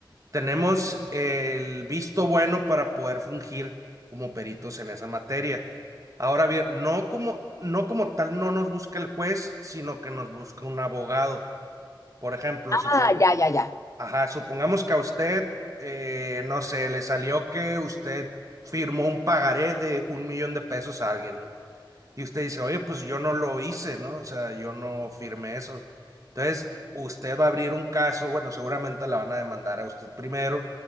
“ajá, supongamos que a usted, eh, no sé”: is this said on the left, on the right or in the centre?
Right